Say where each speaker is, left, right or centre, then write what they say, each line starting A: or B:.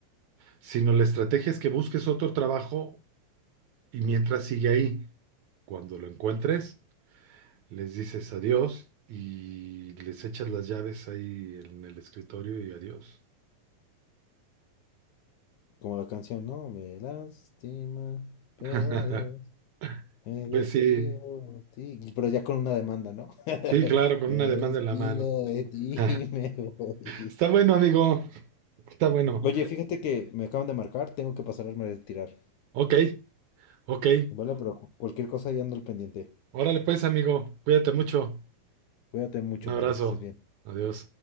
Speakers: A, on the right (about 70°); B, on the left (about 75°).
A: sino la estrategia es que busques otro trabajo y mientras sigue ahí, cuando lo encuentres, les dices adiós y les echas las llaves ahí en el escritorio y adiós.
B: Como la canción, ¿no? Me lastima, pero
A: <laughs>
B: adiós, me despido
A: Pues sí,
B: de ti. Y- Pero ya con una demanda, ¿no? <laughs>
A: sí, claro, con
B: Me
A: una demanda
B: despido
A: en la mano.
B: de ti
A: <laughs>
B: y me voy.
A: Está bueno, amigo, está bueno.
B: Oye, fíjate que me acaban de marcar, tengo que pasarme a retirar.
A: Ok, ok.
B: Vale, pero cu- cualquier cosa ya ando al pendiente.
A: Órale pues, amigo, cuídate mucho.
B: Cuídate mucho,
A: Un abrazo.
B: Mario, que estés bien.
A: Adiós.